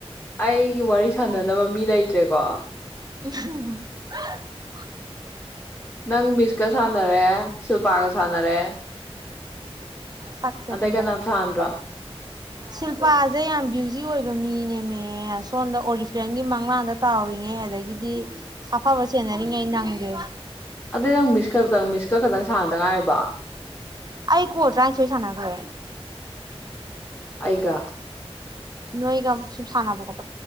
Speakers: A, on the left (about 20°); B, on the right (about 40°).
A: ꯑꯩꯒꯤ ꯋꯥꯔꯤ ꯁꯥꯟꯅꯅꯕ ꯃꯤ ꯂꯩꯇ꯭ꯔꯦꯀꯣ
B: <unintelligible>
A: ꯅꯪ ꯃꯤꯁꯀ ꯁꯥꯟꯅꯔꯦ ꯁꯤꯜꯄꯥꯒ ꯁꯥꯟꯅꯔꯦ
B: ꯁꯛꯁꯦ
A: ꯑꯇꯩ
B: ꯇꯨꯃꯦ
A: ꯀꯅꯥꯝ ꯁꯥꯟꯅꯗ꯭ꯔꯣ
B: ꯁꯤꯜꯐꯥꯁꯦ ꯌꯥꯝ ꯕ꯭ꯌꯨꯖꯤ ꯑꯣꯏꯕ ꯃꯤꯅꯦꯃꯦ ꯁꯣꯝꯗ ꯑꯣꯔꯤꯐ꯭ꯔꯦꯟꯒꯤ ꯃꯪꯂꯥꯟꯗ ꯇꯥꯎꯔꯤꯉꯦ ꯑꯗꯒꯤ ꯑꯗꯒꯤꯗꯤ ꯁꯥꯐꯕ ꯁꯦꯟꯅꯔꯤꯉꯩ ꯑꯩ ꯅꯪꯗꯦ
A: ꯑꯗꯨꯏ ꯅꯪ ꯃꯤꯁ ꯈꯛꯇꯪ ꯃꯤꯁ ꯈ ꯈꯛꯇꯪ ꯁꯥꯟꯅꯗ ꯉꯥꯏꯔꯤꯕꯣ
B: ꯑꯩ ꯀꯣꯜ ꯇꯔꯥꯅꯤꯊꯣꯏ ꯁꯥꯟꯅꯈ꯭ꯔꯦ
A: ꯑꯩꯒ
B: ꯅꯣꯏꯒꯝ ꯁꯨꯝ ꯁꯥꯟꯅꯕꯀꯣ